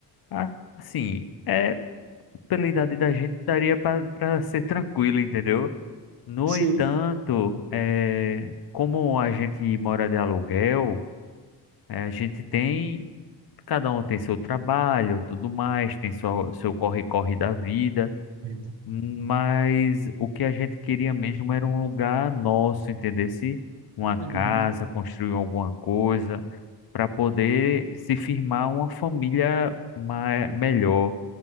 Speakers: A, on the left; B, on the right.
A: Ah, Assim, é, pela idade da gente, daria para ser tranquilo, entendeu? No
B: Sim.
A: entanto, é, como a gente mora de aluguel, é, a gente tem. Cada um tem seu trabalho, tudo mais, tem sua- seu corre-corre da vida.
B: Uhum.
A: Mas o que a gente queria mesmo era um lugar nosso, entendesse? Uma
B: Uhum.
A: casa, construir alguma coisa, para poder se firmar uma família mai- melhor.